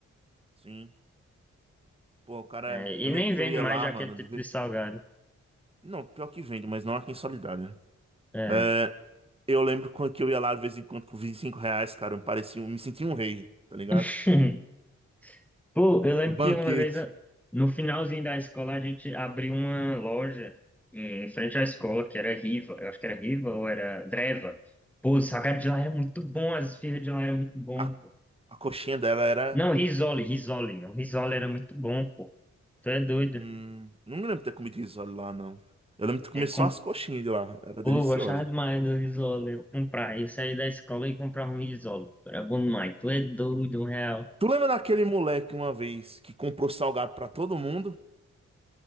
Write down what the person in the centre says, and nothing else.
É, e
nem
vende
mais
aquele
tipo
de salgado.
É.
<laughs> Pô, eu lembro
que uma vez, no finalzinho da escola, a gente abriu uma loja em frente à escola, que era Riva, eu acho que era Riva ou era Dreva. Pô, o salgado de lá era muito bom, as esfirras de lá eram muito bom,
pô.
Não, Risole, Risole, não. Risole era muito bom, pô. Tu é doido.
Eu
com...
Pô,
eu gostava demais do Risole, eu comprava. Eu saía da escola e comprava um Risole. Era bom demais. Tu é doido, um real.